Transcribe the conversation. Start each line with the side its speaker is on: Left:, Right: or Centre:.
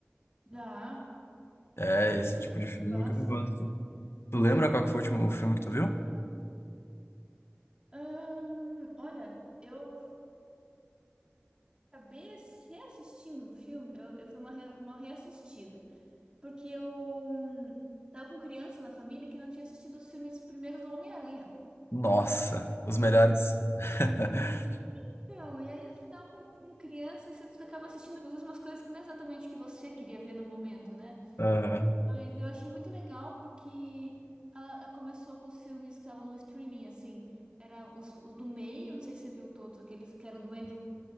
Right: Já,
Left: É esse tipo
Right: já
Left: de filme
Right: ouvi falar
Left: que
Right: assim.
Left: eu gosto. Tu lembra qual que foi o último filme que tu viu?
Right: Ahn, olha, eu acabei ass- reassistindo um filme, eu, eu fui uma, re- uma reassistida. Porque eu hum, tava com criança na família que não tinha assistido os filmes primeiros do Homem-Aranha.
Left: Nossa, os melhores. <laughs>
Right: Então, e aí no final, com, com criança, você acaba assistindo às vezes umas coisas que não é exatamente o que você queria ver no momento, né?
Left: Aham.
Right: Mas eu achei muito legal porque ah, ah, começou com os filmes que estavam no streaming, assim. Era os, os do meio, não sei se você viu todos aqueles que eram do Andrew